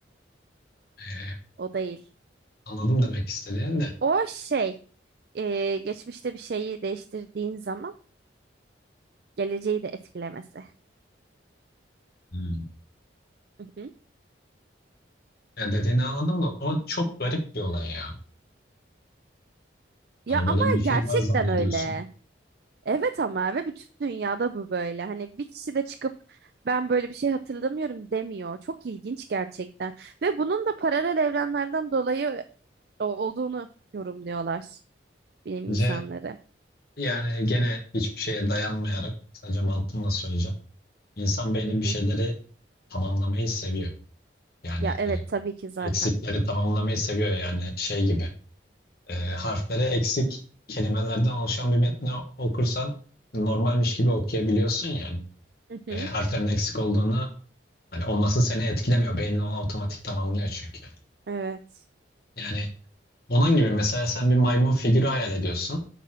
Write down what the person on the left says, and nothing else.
Ee,
anladım demek istediğini de.
Hmm.
Ya dediğini anladım da o çok garip bir olay ya.
Hani böyle
bir şey
var zannediyorsun.
Bence
Yani gene hiçbir şeye dayanmayarak sadece mantığımla söyleyeceğim. İnsan beyni
bir
şeyleri tamamlamayı seviyor. Yani
e,
eksikleri tamamlamayı seviyor yani şey gibi. E, harfleri eksik kelimelerden oluşan bir metni okursan normalmiş gibi okuyabiliyorsun yani.
E, harflerin eksik olduğunu hani olması seni etkilemiyor. Beynin onu otomatik tamamlıyor çünkü.
Yani Onun gibi mesela sen bir maymun figürü hayal ediyorsun.